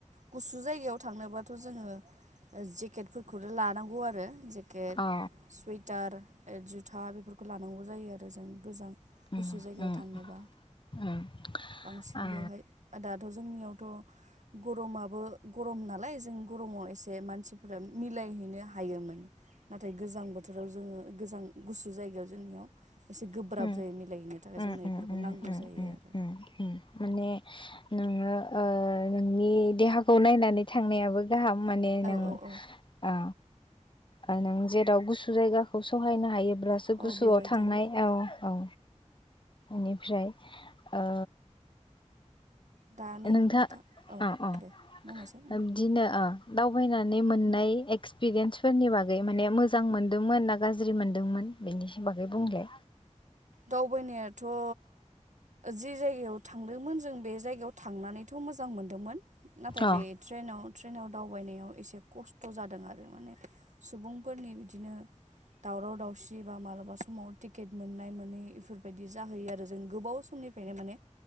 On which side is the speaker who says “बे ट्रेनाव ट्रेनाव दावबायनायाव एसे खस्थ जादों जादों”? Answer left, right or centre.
Right